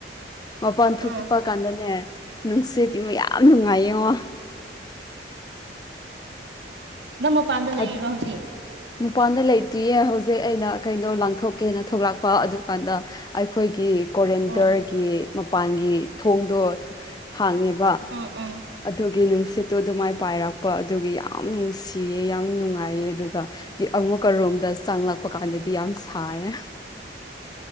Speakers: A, on the left (about 25°); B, on the right (about 75°).
A: ꯃꯄꯥꯟ ꯊꯣꯛꯄ
B: ꯑꯥ
A: ꯀꯥꯟꯗꯅꯦ ꯅꯨꯡꯁꯤꯠ ꯏꯃ ꯌꯥꯝ ꯅꯨꯡꯉꯥꯏꯌꯦꯉꯣ
B: ꯅꯪ ꯃꯄꯥꯟꯗ ꯂꯩꯔꯤꯔꯣ
A: ꯑꯗꯨ
B: ꯍꯧꯖꯤꯛ
A: ꯃꯄꯥꯟꯗ ꯂꯩꯇꯤꯌꯦ ꯍꯧꯖꯤꯛ ꯑꯩꯅ ꯀꯩꯅꯣ ꯂꯥꯡꯊꯣꯛꯀꯦꯅ ꯊꯣꯛꯂꯛꯄ ꯑꯗꯨꯀꯥꯟꯗ ꯑꯩꯈꯣꯏꯒꯤ ꯀꯣꯔꯦꯟꯗ꯭ꯔꯒꯤ
B: ꯑꯣ
A: ꯃꯄꯥꯟꯒꯤ ꯊꯣꯡꯗꯣ ꯑꯗꯨ ꯍꯥꯡꯉꯦꯕꯥ
B: ꯎꯝ ꯎꯝ
A: ꯑꯗꯨꯒꯤ ꯅꯨꯡꯁꯤꯠꯇꯨ ꯑꯗꯨꯃꯥꯏ ꯄꯥꯏꯔꯛꯄ ꯑꯗꯨꯒꯤ ꯌꯥꯝ ꯅꯨꯡꯁꯤꯌꯦ ꯌꯥꯝ ꯅꯨꯡꯉꯥꯏꯌꯦ ꯑꯗꯨꯒ ꯑꯃꯨꯛꯀ ꯔꯨꯝꯗ ꯆꯪꯂꯛꯄ ꯀꯥꯟꯗꯗꯤ ꯌꯥꯝ ꯁꯥꯏꯌꯦ